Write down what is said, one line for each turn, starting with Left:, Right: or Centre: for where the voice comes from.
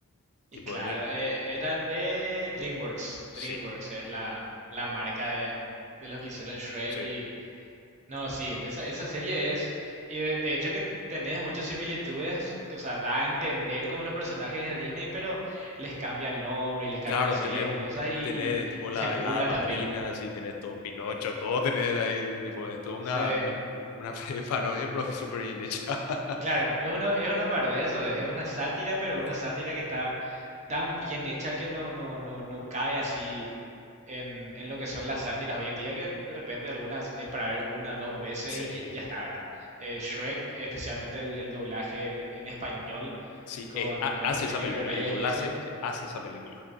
Left: Tipo,
Right: Y claro,
Left: en el-
Right: eh, era de DreamWorks,
Left: sí,
Right: DreamWorks es la, la marca de, de los que hicieron Shrek
Left: sí.
Right: y... No, sí, esa, esa serie es... Y de, de hecho que tenés muchas similitudes, que, o sea, da a entender como los personajes de Disney, pero les cambia el nombre y les cambia
Left: Claro,
Right: la serie
Left: tener
Right: de
Left: un,
Right: cosas y,
Left: tener
Right: y,
Left: tipo
Right: y
Left: la,
Right: se burla
Left: la hada madrina,
Right: también.
Left: así, tener todo Pinocho, todo tener ahí, tipo, es toda una,
Right: sí
Left: una <laughs> parodia, pero súper bien hecha. <laughs>
Right: Claro, es una, es una parodia, eso es, es una sátira, pero
Left: Pero,
Right: una sátira que está tan bien hecha que no, no, no, no cae así en, en lo que son las sátiras hoy en día, que de repente algunas es para ver una, dos veces
Left: sí,
Right: y, ya y ya está, ¿verdad? Eh, Shrek, especialmente el, el doblaje en español
Left: sí,
Right: con,
Left: es- ha-
Right: con
Left: hace
Right: Eugenio
Left: esa película,
Right: Derbez
Left: el doblaje
Right: y eso.
Left: eh, hace esa película.